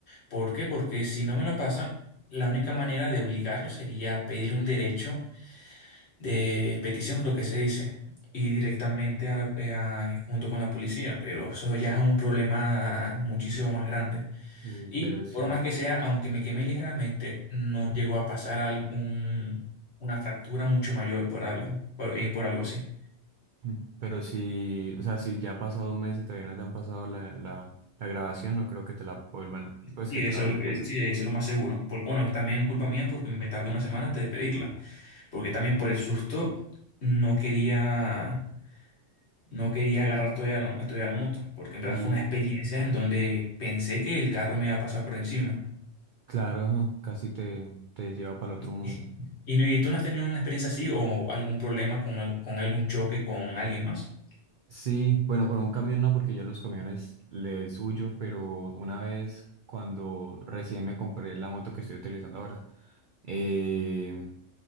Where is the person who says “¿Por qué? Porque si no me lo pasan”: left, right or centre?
Left